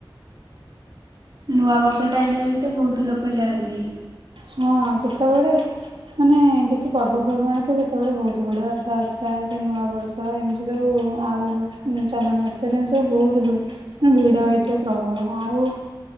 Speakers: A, on the right; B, on the right.
A: ନୂଆ ବର୍ଷ ଟାଇମ ରେ ବି ତ ବହୁତ ଲୋକ ଯାଆନ୍ତି।
B: ହଁ ସେତେବେଳେ ମାନେ କିଛି ପର୍ବପର୍ବାଣି ଥାଏ ସେତେବେଳେ ବହୁତ ଭିଡ଼ ରଥଯାତ୍ରା ସେ ନୂଆବର୍ଷ ଏମିତି ସବୁ ଆଉ ଚନ୍ଦନ ଯାତ୍ରା ସେମିତି ସବୁ ବହୁତ ମାନେ ଭିଡ଼ ହେଇଥାଏ ପ୍ରବଳ ଆଉ